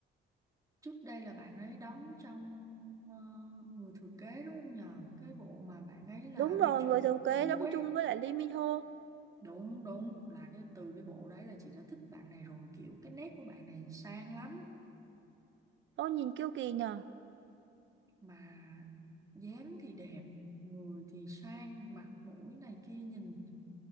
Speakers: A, on the right; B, on the right.
A: trước đây là bạn ấy đóng trong ờ, người thừa kế đúng không nhờ cái bộ mà bạn ấy là
B: đúng rồi
A: Rachel
B: Người Thừa Kế
A: Chu
B: đóng
A: ấy
B: chung với lại Lee Min Ho
A: đúng đúng là cái từ cái bộ đấy là chị đã thích bạn này rồi kiểu cái nét của bạn này sang lắm
B: Ôi nhìn kiêu kỳ nhờ
A: mà dáng thì đẹp người thì sang mặt mũi này kia nhìn